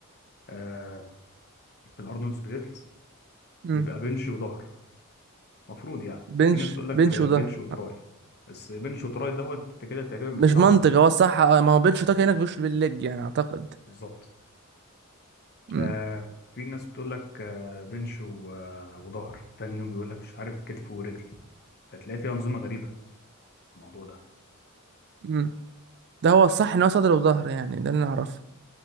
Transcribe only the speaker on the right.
امم
بنش
بنش
وده
مش
منطق هو الصح آه، ما هو بين شوتات
هناك مش بالليج يعني اعتقد
امم
امم ده هو الصح ان هو صدر وظهر يعني ده اللي انا اعرفه